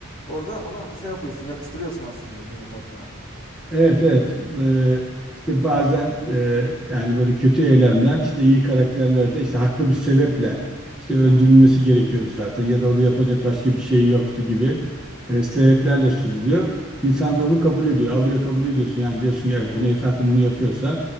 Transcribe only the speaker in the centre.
Evet evet Eee, işte bazen eee, yani böyle kötü eylemler işte iyi karakterlerde işte haklı bir sebeple işte öldürülmesi
gerekiyordu zaten ya da orada yapacak başka bir şey yoktu gibi eee, sebeplerle sunuluyor. İnsan da onu kabul ediyor alıyor kabul ediyorsun yani diyorsun ki "Evet,
Cüneyt Arkın bunu yapıyorsa